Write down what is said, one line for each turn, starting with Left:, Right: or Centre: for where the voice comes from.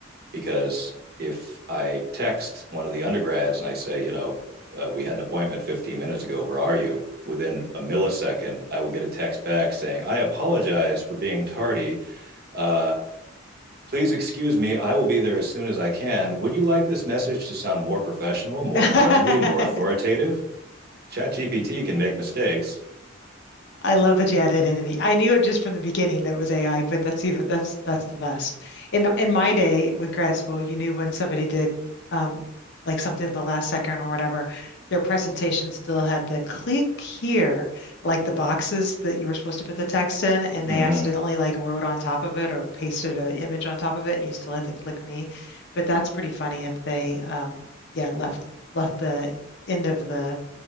Right: Because if I text one of the undergrads and I say, you know, uh, we had an appointment 15 minutes ago, where are you? Within a millisecond, I will get a text back saying, I apologize for being tardy. Uh, please excuse me. I will be there as soon as I can. Would you like this message to sound more professional, more
Left: <laughs>
Right: friendly, more authoritative? ChatGPT can make mistakes.
Left: I love that you added entity. I knew it just from the beginning that it was AI, but that's even that's that's the best. In the- in my day with grad school, you knew when somebody did um, like something in the last second or whatever, their presentation still had the click here, like the boxes that you were supposed to put the text in, and
Right: hmm
Left: they accidentally like wrote on top of it or pasted an image on top of it, and you still had to click me. But that's pretty funny if they um, yeah left left the end of the